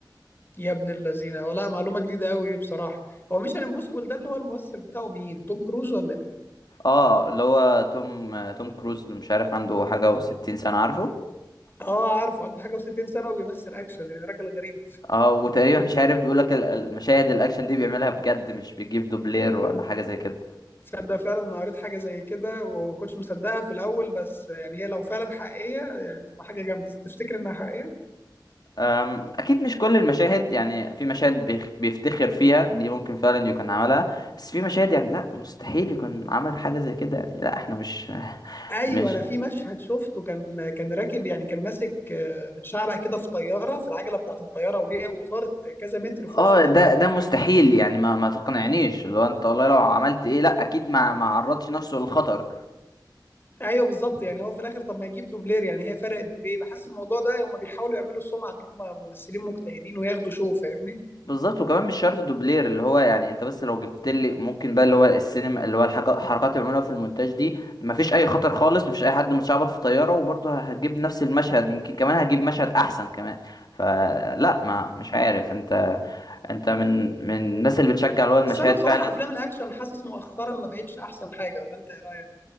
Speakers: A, on the left; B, on the left.
A: يا ابن اللذينه هو لا معلومه جديده قوي دي بصراحه هو مش امبوسيبل ده اللي هو الممثل بتاعه مين توم كروز ولا مين
B: اه اللي هو توم توم كروز مش عارف عنده حاجه و60 سنه عارفه
A: اه عارفه عنده حاجه و60 سنه وبيمثل اكشن يعني راجل غريب
B: اه وتقريبا مش عارف بيقول لك المشاهد الاكشن دي بيعملها بجد مش بيجيب دوبلير ولا حاجه زي كده
A: تصدق فعلا انا قريت حاجه زي كده وما كنتش مصدقها في الاول بس يعني هي لو فعلا حقيقيه يعني تبقى حاجه جامده تفتكر انها حقيقيه
B: أم، اكيد مش كل المشاهد يعني في مشاهد بيخ- بيفتخر فيها دي ممكن فعلا يكون عملها بس في مشاهد يعني لا مستحيل يكون عمل حاجه زي كده يعني لا احنا مش
A: ايوه
B: مش
A: انا في مشهد شفته كان كان راكب يعني كان ماسك آه، متشعلق كده في طياره في العجله بتاعت الطياره وهي وصارت كذا متر فوق
B: اه
A: سطح
B: ده
A: الارض
B: ده
A: فيعني
B: مستحيل يعني ما ما تقنعنيش لو انت والله لو عملت ايه لا اكيد ما ما عرضش نفسه للخطر
A: ايوه بالظبط يعني هو في الاخر طب ما يجيب دوبلير يعني هي فرقت بايه بحس الموضوع ده هم بيحاولوا يعملوا السمعه ان هم ممثلين مجتهدين وياخدوا شو فاهمني
B: بالظبط وكمان مش شرط دوبلير اللي هو يعني انت بس لو جبت لي ممكن بقى اللي هو السينما اللي هو الحاجات الحركات اللي بيعملوها في المونتاج دي مفيش اي خطر خالص مفيش اي حد متشعبط في طياره وبرضه هتجيب نفس المشهد يمكن كمان هتجيب مشهد احسن كمان فلا ما مش عارف انت انت من من الناس اللي بتشجع اللي هو المشاهد
A: بس انا بصراحه
B: فعلا
A: افلام الاكشن حاسس مؤخرا ما بقتش احسن حاجه ولا انت ايه رايك